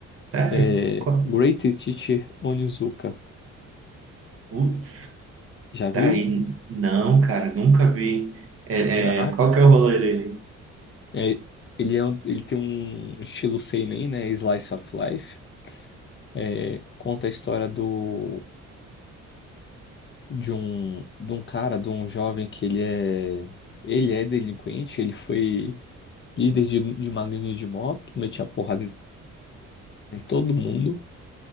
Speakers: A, on the right; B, on the left.
A: sério?
B: é
A: Qual-
B: Great Teacher Onizuka.
A: Putz,
B: Já
A: tá
B: viu?
A: aí. Não, cara, nunca vi. É,
B: Já.
A: é, qual que é o rolê dele?
B: É, ele, é um- ele tem um estilo seinen, né? Slice of Life. É, conta a história do, de um, de um cara, de um jovem que ele é, ele é delinquente. Ele foi líder de, de uma gangue de moto, metia porrada em todo mundo